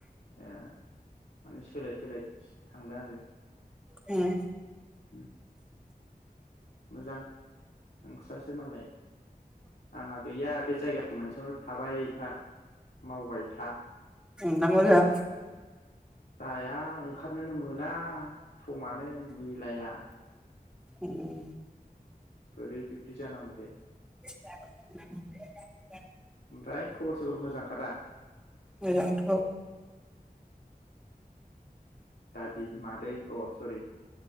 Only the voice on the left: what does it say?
ए माने सोलाय सोलाय सो थांदों आरो।
उम। मोजां नोंस्रासो मालाय आंहा गैया बे जायगाया मोनसेयावनो थाबाय था। मावबाय था।
जाया ओंखारनोनो मोना। समानो मिलाया
बोरै बिबदि जानांगौदे
ओमफ्राय खबर सबर मोजांखादा?
दादि मादै अ सरि